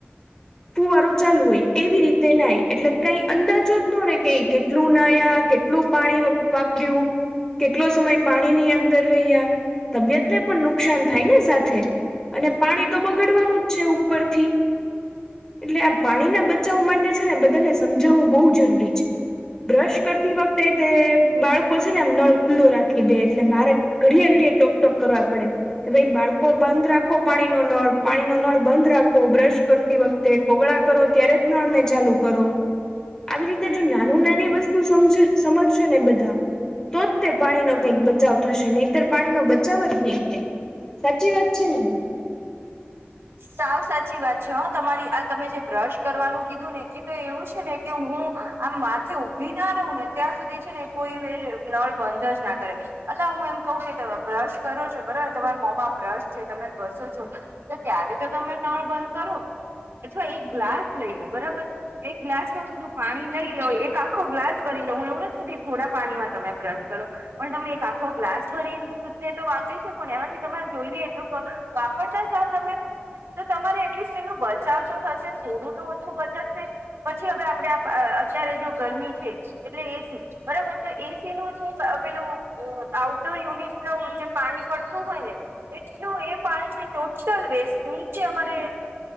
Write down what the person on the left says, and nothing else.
ફુવારો ચાલુ હોય એવી રીતે તે નઈ એટલે કઈ અંદાજો જ ન રે કે કેટલું નાયા કેટલું પાણી. વાપર્યું. કેટલો સમય પાણીની અંદર રહ્યા તબિયતને પણ નુકસાન થાય ને સાથે. અને પાણી તો બગાડવાનું જ છે ઉપરથી એટલે આ પાણીના બચાવવા મા ટે ને બધાને સમજાવવું બહુ જરૂરી છે બ્રશ કરતી વખતે તે બાળકો. છે ને એમ નળ ખુલ્લો રાખી દે એટલે મારે ઘડિએ ઘડએ ટોક ટોક કરવા પડે. કે ભાઈ બાળકો બંધ રાખો પાણી ન નળ પાણી નો નળ બંધ રાખો બ્રશ કરતી વખ તે કોગળા કરો ત્યારે જ નાળને ચાલુ કરો. આવી રીતે જો નાનું નાની વસ્તુ સમ સમજશે ને બધા તો જ તે પાણીનો કંઈક બચાવ થશે નહીતર પાણીનો બચાવ જ નહીં થાય. સાચી વાત છે ને.